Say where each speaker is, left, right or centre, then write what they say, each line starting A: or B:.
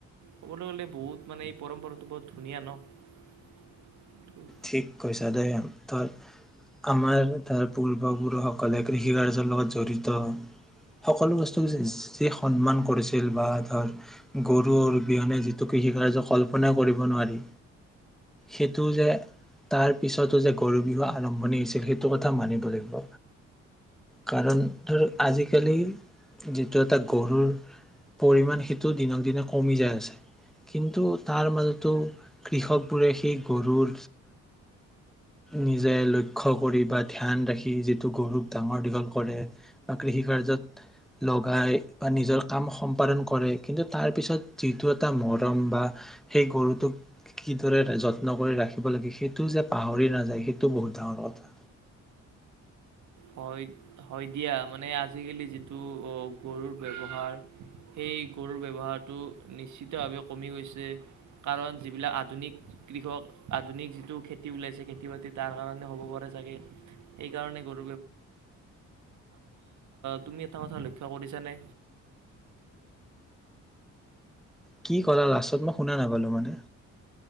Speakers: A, on the right (about 70°); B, in the centre.
A: ক'বলৈ গ'লে বহুত মানে এই পৰম্পৰাটো বহুত ধুনীয়া ন
B: ঠিক কৈছা দেই ধৰ আমাৰ ধৰ পূৰ্বপুৰুষসকলে কৃষি কাৰ্যৰ লগত জড়িত সকলো বস্তু যি সন্মান কৰিছিল বা ধৰ গৰুৰ বিহনে যিটো কৃষি কাৰ্য কল্পনা কৰিব নোৱাৰি সেইটো যে তাৰ পিছতো যে গৰু বিহু আৰম্ভণি হৈছিল সেইটো কথা মানিব লাগিব কাৰণ ধৰ আজিকালি যিটো এটা গৰুৰ পৰিমণ সেইটো দিনক দিনে কমি যায় আছে কিন্তু তাৰ মাজতো কৃষক বোৰে সেই গৰুৰ নিজে লক্ষ্ কৰি বা ধ্যান ৰাখি যিটো গৰুক ডাঙৰ দীঘল কৰে বা কৃষি কাৰ্যত লগাই বা নিজৰ কাম সম্পাদন কৰে কিন্তু তাৰ পিছত যিটো এটা মৰম বা সেই গৰুটোক কিদৰে যত্ন কৰি ৰাখি ল সেইটো যে পাহৰি নাযায় সেইটো বহুত ডাঙৰ কথা
A: হয় হয় দিয়া মানে আজিকালি যিটো গৰুৰ ব্যৱহাৰ সেই গৰুৰ ব্যৱহাৰটো নিশ্চিতভাৱে কমি গৈছে কাৰণ যিবিলাক আধুনিক কৃষক আধুনিক যিটো খেতি ওলাইছে খেতি বাতি তাৰ কাৰণে হ'ব পাৰে চাগে সেইকাৰণে গৰু বী তুমি এটা কথা লক্ষ কৰিছানে
B: কি ক'লা লাষ্টত মই শুনা নাপালো মানে